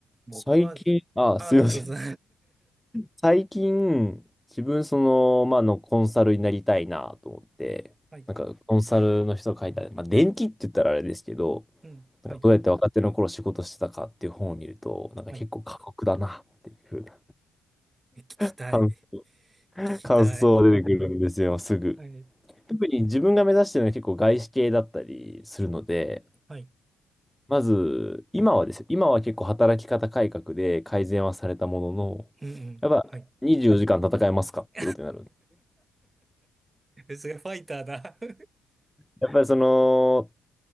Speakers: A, on the right; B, in the centre.
A: 僕は、
B: 最近、あ、
A: あ、
B: すいません。
A: どうぞ、どうぞ
B: 最近、自分、その、まあ、あの、コンサルになりたいなと思って、
A: <laughs> はい、
B: なんか、コンサルの人が書いた、まあ、電気って言ったらあれですけど、
A: うん、
B: なんかどうやって若手の頃仕事してたかっていう本を見ると、
A: はい、
B: なんか結構過酷だなっていうふうな
A: はい。え聞きたい。
B: 感、
A: 聞きたい。
B: 感想が出てくるんですよ、すぐ。
A: はい、
B: 特に自分が目指してるのは結構外資系だったりするので、
A: はい、
B: まず、今はですよ。今は結構働き方改革で改善はされたものの、
A: うん、うん、
B: やっぱ24時間戦えますかってことになる。
A: はい。<laughs> それファイターだ <laughs>
B: やっぱりその、